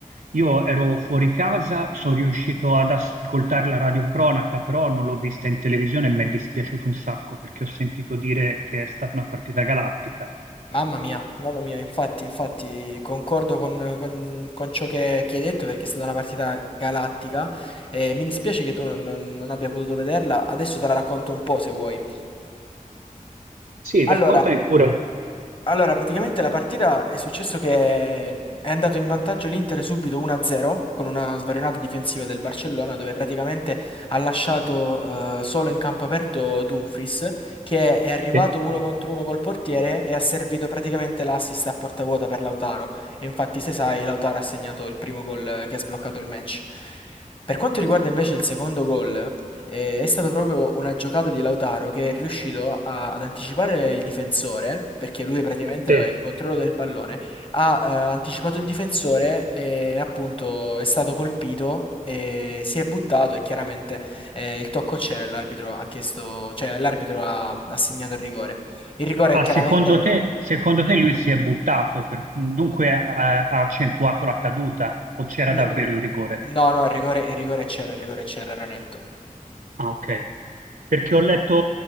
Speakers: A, on the right; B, on the left.
A: io ero fuori casa, sono riuscito ad ascoltare la radiocronaca, però non l'ho vista in televisione e mi è dispiaciuto un sacco perché ho sentito dire che è stata una partita galattica.
B: Mamma mia, mamma mia, infatti, infatti concordo con, con- con ciò che, che hai detto perché è stata una partita galattica e mi dispiace che tu non non- non abbia potuto vederla, adesso te la racconto un po' se vuoi.
A: Sì,
B: Allora,
A: raccontami pure.
B: allora, praticamente la partita è successo che mm, è andato in vantaggio l'Inter subito 1-0 con una svarionata difensiva del Barcellona dove praticamente ha lasciato eh, solo in campo aperto Dumfries che è arrivato
A: Sì.
B: uno contro uno col portiere e ha servito praticamente l'assist a porta vuota per Lautaro. E infatti, se sai, Lautaro ha segnato il primo gol eh, che ha sbloccato il match. Per quanto riguarda invece il secondo gol, eh, è stata proprio una giocata di Lautaro che è riuscito a- ad anticipare il difensore, perché lui praticamente
A: Sì.
B: aveva il controllo del pallone, ha eh, anticipato il difensore e appunto è stato colpito e si è buttato e chiaramente eh, il tocco c'era e l'arbitro ha chiesto, cioè l'arbitro ha, ha segnato il rigore. Il rigore
A: Ah,
B: chiaramente...
A: secondo te, secondo te lui si è buttato, per- dunque ha, ha accentuato la caduta o c'era
B: n-
A: davvero il rigore?
B: No, no, il rigore, il rigore c'era, il rigore c'era, era netto.
A: Ah, ok. Perché ho letto,